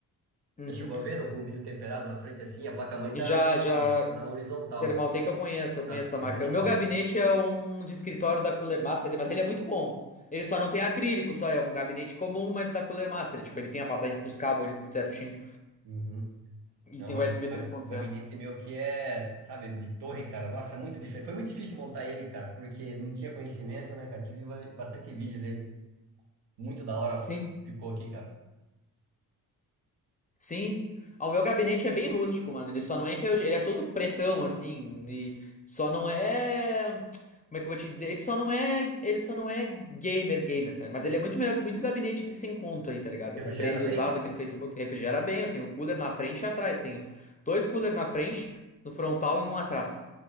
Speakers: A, on the left (about 20°); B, on the right (about 70°).
A: Uhum.
B: Já chegou a ver, não? Com o vidro temperado na frente assim, a placa-mãe tá
A: E já, já,
B: na, na horizontal
A: Thermaltake
B: aqui,
A: eu conheço, eu conheço
B: na,
A: essa
B: na
A: marca.
B: vertical.
A: O meu gabinete é um de escritório da Cooler Master, mas ele é muito bom. Ele só não tem acrílico, só é um gabinete comum, mas da Cooler Master. Tipo, ele tem a passagem pros cabos ali tudo certinho.
B: Uhum.
A: E
B: Não,
A: tem
B: mas
A: o U S
B: o, ga-
A: B três ponto
B: o gabinete
A: zero.
B: meu que é, sabe, de torre, cara. Nossa, é muito difícil. Foi muito difícil montar ele, cara, porque não tinha conhecimento, né, cara? Tive ba- bastante vídeo dele. Muito da hora,
A: Sim.
B: ó. Ficou aqui, cara.
A: Sim. Ah, O meu gabinete é bem rústico, mano. Ele só não é enferrujado. Ele é todo pretão, assim. E só não é. Como é que eu vou te dizer? Ele só não é. Ele só não é gamer, gamer, tá? Mas ele é muito melhor que muito gabinete de 100 conto aí, tá ligado?
B: Refrigera
A: Eu comprei ele
B: bem?
A: usado aqui no Facebook. Refrigera bem. Eu tenho cooler na frente e atrás. Tenho dois cooler na frente, no frontal e um atrás.